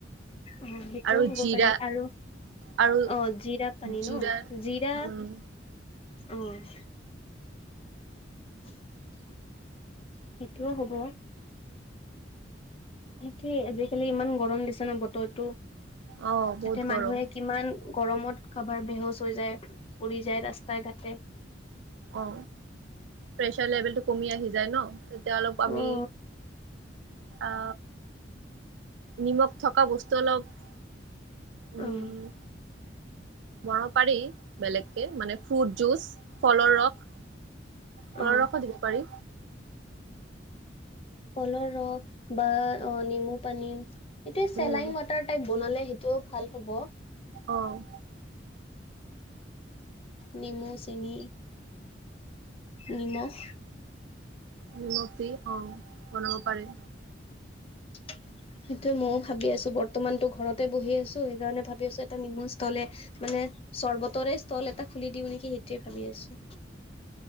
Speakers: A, on the left; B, on the right.
A: অ' সেইটোও
B: আৰু
A: হ'ব
B: জিৰা
A: পাৰি আৰু
B: আৰু
A: অ জীৰা পানী
B: জিৰা
A: ন, জীৰা
B: উম
A: অ'। সেইটোও হ'ব। সেইটোৱে আজিকালি ইমান গৰম দিছে ন বতৰটো
B: অ বহুত
A: তাতে মানুহে
B: গৰম
A: কিমান গৰমত কাবাৰ বেহোচ হৈ যায়, পৰি যায় ৰাস্তাই ঘাটে।
B: অ' প্ৰেচাৰ লেভেল টো কমি আহি যায় ন। তিয়া অলপ আমি
A: অ
B: আ নিমখ থকা বস্তু অলপ উম
A: অ'।
B: বনাব পাৰি বেলেগকে মানে ফ্ৰুট জুচ। ফলৰ ৰস, ফলৰ
A: অ
B: ৰসো দিব পাৰি।
A: ফলৰ ৰস বা অ নেমু পানী। এতিয়া চেলাইন
B: উম
A: ৱাটাৰ টাইপ বনালে সেইটোও ভাল হ'ব।
B: অ'।
A: নেমু, চেনি, নিমখ
B: নিমখ দি, অ' বনাব পাৰে।
A: <inaudible> সেইটো মইও ভাবি আছো বৰ্তমানতো ঘৰতে বহি আছোঁ, সেইকাৰণে ভাবি আছোঁ এটা নিমু ষ্টলে মানে চৰ্বতৰে ষ্টল এটা খুলি দিও নেকি সেইটোৱে ভাবি আছোঁ।